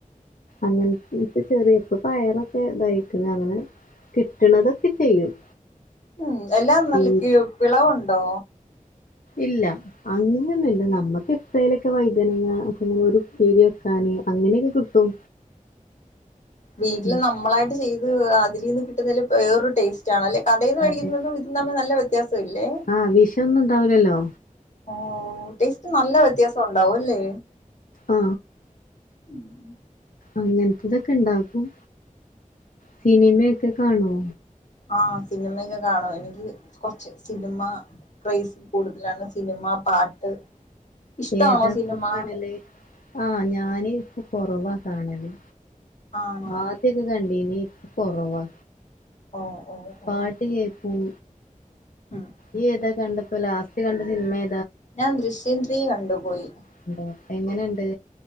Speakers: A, on the left; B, on the left.
A: അങ്ങനത്തെ ചെറിയേ പ്പ പയറൊക്കെ തായിക്ക്ണ് അങ്ങനെ കിട്ട്ണതൊക്കെ ചെയ്യും.
B: മ് എല്ലാം നല്ലക്ക്
A: ഉം
B: വിളവുണ്ടോ
A: ഇല്ല അങ്ങനെന്നുല്ല നമ്മക്ക് എപ്ല്ലേലൊക്കെ വൈദനങ്ങ ഒരു പ്പേരി വെക്കാന് അങ്ങനെക്കെ കിട്ടും.
B: വീട്ടിൽ
A: ഉം
B: നമ്മളായിട്ട് ചെയ്ത് അത് അതിലീന്ന് കിട്ടുന്നതിന് വേറൊരു ടേസ്റ്റാണല്ലേ കടയീന്ന് മേടിക്കുന്നതും
A: അതെ
B: ഇതും നല്ല വ്യ ത്യാസല്ലേ
A: ആഹ് വിഷൊന്നും ഉണ്ടാവൂലല്ലോ
B: ഓ ടേസ്റ്റ് നല്ല വ്യത്യാസം ഉണ്ടാവു അല്ലേ
A: ആ
B: മ് ഉം
A: അങ്ങനത്തതൊക്കെ ണ്ടാക്കും സിനിമെക്കെ കാണോ
B: ആഹ് സിനിമക്കെ കാണും എനിക്ക് കൊറച്ച് സിനിമ ക്രൈസ് കൂടുതലാണ് സിനിമ പാട്ട് ഇഷ്ടാണോ
A: ഏതാപ്പകാണല്
B: സിനിമ
A: ആഹ് ഞാന് കൊറവാ കാണല്
B: ആണോ
A: ആദൃക്കെകണ്ടീനി കൊറവാ
B: ഓ ഓ ഓ
A: പാട്ട് കേക്കും
B: ഉം
A: യ്യ് ഏത കണ്ടപ്പോ ലാസ്റ്റ് കണ്ട സിനിമേ
B: ഞാൻ ദൃഷ്യം ത്രീ കണ്ടുപോയി
A: എന്തോ എങ്ങനെണ്ട്